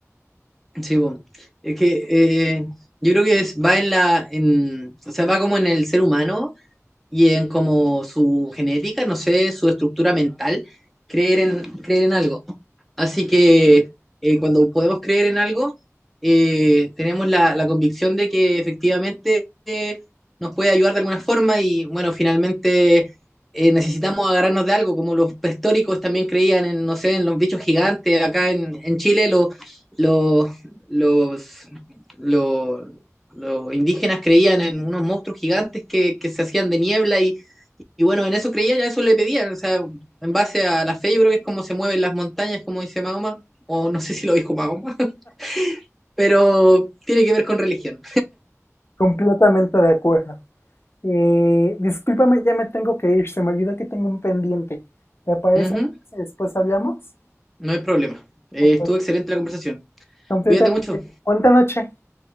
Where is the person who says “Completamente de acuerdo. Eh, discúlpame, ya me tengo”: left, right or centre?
Left